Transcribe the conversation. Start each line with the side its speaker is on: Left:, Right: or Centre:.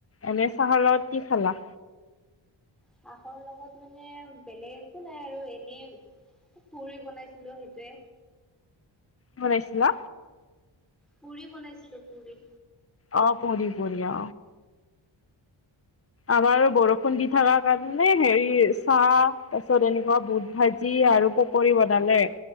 Left: এনে চাহৰ লগত কি খালা?
Centre: চাহৰ লগত মানে, বেলেগ একো নাই আৰু এনেই পুৰি বনাইছিলো, সেইটোৱে।
Left: বনাইছিলা?
Centre: পুৰি বনাইছিলো, পুৰি।
Left: অ', বঢ়ি, বঢ়িয়া। আবাৰ বৰষুণ দি থাকাত এন্নে হেৰি, চাহ তাৰ পিছত এনেকুৱা বুট ভাজি আৰু পকৰি বনালে।